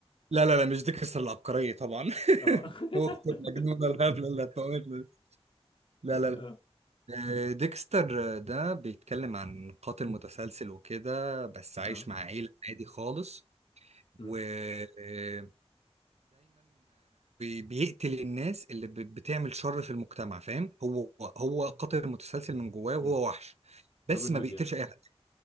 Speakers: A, on the right; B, on the left.
A: لا لا لا مش ديكستر العبقرية طبعا <laughs>
B: اه
A: اخت
B: <laughs>
A: المجنونة الهبلة اللي هتموتنا دي. لا لا لا
B: اه
A: آه، ديكستر ده بيتكلم عن قاتل متسلسل وكده بس عايش
B: اه
A: مع عيلة عادي خالص
B: مم.
A: ودايما بيقتل الناس اللي ب- بتعمل شر في المجتمع فاهم هو هو قاتل متسلسل من جواه وهو
B: مم.
A: وحش بس
B: روبن
A: ما
B: هود
A: بيقتلش
B: يعني
A: اي حد